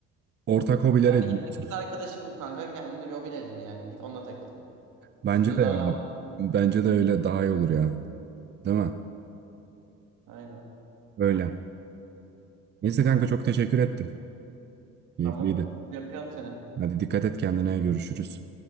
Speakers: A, on the right; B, on the right.
A: ortak hobiler
B: sen
A: edinmeye
B: de git bir kız
A: çalış.
B: arkadaşı bul kanka kendine bir hobin edin yani. Git onunla takıl.
A: Bence
B: Bizi de
A: de
B: darlama.
A: ya. Bence de öyle daha iyi olur ya. Değil mi?
B: Aynen.
A: Öyle. Neyse kanka çok teşekkür ettim. Keyifliydi.
B: Tamam. Hadi öpüyorum seni.
A: Hadi dikkat et kendine görüşürüz.